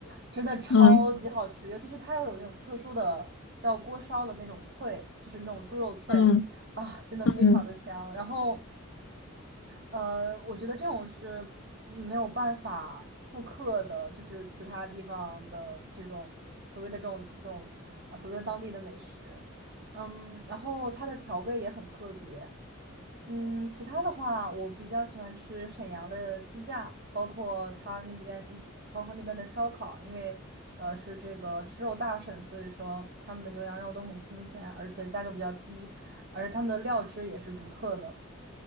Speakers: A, on the right; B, on the left.
A: 真的超级好吃，
B: 嗯
A: 尤其是它又有那种特殊的叫锅烧的那种脆，就是那种猪肉脆啊，
B: 嗯
A: 真的非常的香。
B: 嗯。
A: 然后呃，我觉得这种是没有办法复刻的，就是其他地方的这种所谓的这种这种啊，所谓的当地的美食。嗯，然后它的调味也很特别。嗯，其他的话，我比较喜欢吃沈阳的鸡架，包括它那边，嗯包括那边的烧烤，因为呃是这个吃肉大省，所以说他们的牛羊肉都很新鲜，而且价格比较低，而且他们的料汁也是独特的。